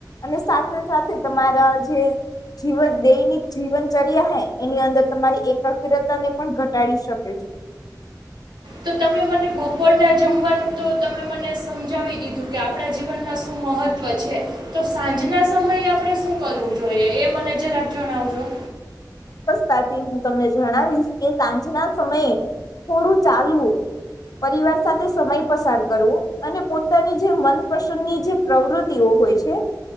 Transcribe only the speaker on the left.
અને સાથે સાથે તમારા જે જીવન દૈનિક જીવનચર્યા હૈ એની અંદર તમારી એકાગ્રતા ને પણ ઘટાડી શકે છે.
તાથી હું તમને જણાવીશ કે સાંજના સમયે થોડું ચાલવું પરિવાર સાથે સમય પસાર કરવો અને પોતાની જે મનપસંદની જે પ્રવૃત્તિઓ હોય છે